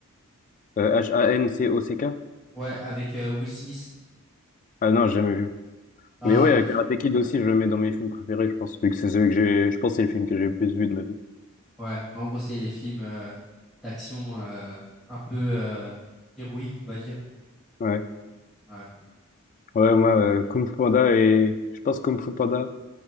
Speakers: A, on the left (about 35°); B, in the centre.
A: Euh, H-A-N-C-O-C-K?
B: Ouais, avec euh, Will Smith.
A: Ah non, j'ai jamais vu.
B: Ah
A: Mais ouais,
B: bah
A: euh, Karate
B: tu,
A: Kid
B: tu rates.
A: aussi, je le mets dans mes films préférés, je pense, vu que c'est celui que j'ai, je pense, que c'est le film que j'ai le plus vu de ma vie.
B: Ouais, mais en gros, c'est les films euh, d'action euh, un peu euh, héroïques, on va dire.
A: Ouais.
B: Ouais, franchement.
A: Ouais, moi, euh, Kung Fu Panda et... Je pense Kung Fu Panda,